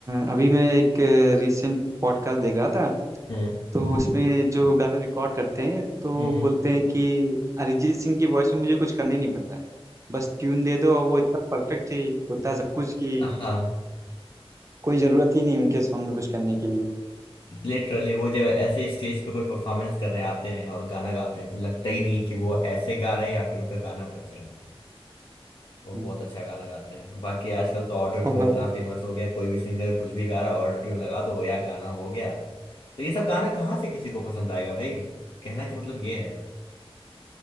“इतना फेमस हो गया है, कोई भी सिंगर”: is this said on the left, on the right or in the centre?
Left